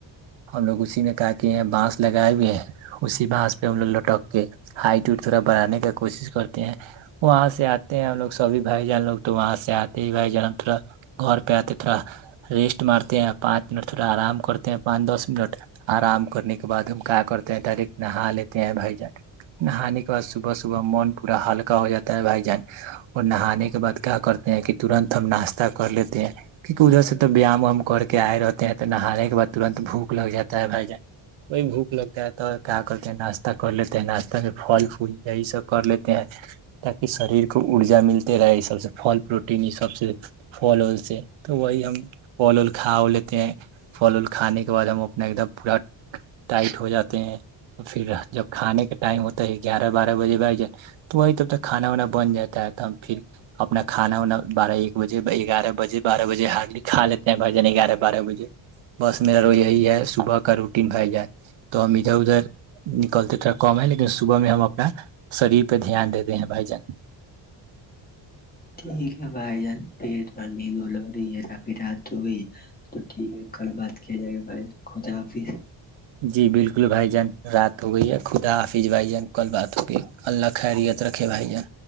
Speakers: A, on the right; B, on the left.
A: ہم لوگ اسی نے کا کے ہیں بانس لگائے ہوئے ہیں اسی بانس پہ ہم لوگ لٹک کے ہائٹ تھوڑا بڑھانے کی کوشش کرتے ہیں وہاں سے آتے ہیں ہم لوگ سبھی بھائی جان لوگ تو وہاں سے آتے ہی بھائی جان ہم تھوڑا گھر پہ آتے تھوڑا ریسٹ مارتے ہیں پانچ منٹ تھوڑا آرام کرتے ہیں پانچ دس منٹ آرام کرنے کے بع ہم کیا کرتے ہیں ڈائریکٹ نا لیتے ہیں بھائی جان نہانے کے بع صبح صبح من پورا ہلکا ہو جاتا ہے بھائی جان اور نہانے کے بعد کیا کرتے ہیں کہ ترنت ہم ناشتہ کر لیتے ہیں کیونکہ ادھر سے تو بیام ہم کر کے آئے رہتے ہیں تو نہانے کے بع ترنت بھوک لگ جاتا ہے بھ جائے وہی بھوک لگتا ہے تو کیا کرتے ہیں ناشتہ کر لیتے ہیں ناشتہ میں پھل پھل یہی سب کر لیتے ہیں تاکہ شریر کو ارجا ملتے رہے اس سب سے پھل پروٹین اس سب سے پھل ال سے تو وہی ہم پھل ول کھا لیتے ہیں پھل ال کھانے کے بعد ہم اپنا ایک دم پورا ٹائٹ ہو جاتے ہیں پھر جب کھانے کا ٹائم ہوتا ہے گیارہ بارہ بجے ب جائے تو کھانا وانا بن جاتا ہے تو ہم پھر اپنا کھانا باریک بجے ایکگ بجے بجے ہارلی کھا لیتے ہیں بھائی جان بجے بس میرا ر یہی ہے صبح کا روٹین ب جائے تو ہم ادھر ادھر نکلتے تھ کم ہے لیکن صبح میں ہم اپنا شریر پہ دھیان دیتے ہیں بھائی جان
B: ٹھیک ہے بھائی جان پ تھڑا نیند ہو لگ رہی ہے ربھی رات ہو گئی ہے تو ٹھیک ہے کل بات کیا جائے گا بھائی جان خدا حافظ
A: جی بالکل بھائی جان رات ہو گئی ہے خدا حافظ بھائی جان کل بات ہوگئی اللہ خیریت رکھے بھائی جان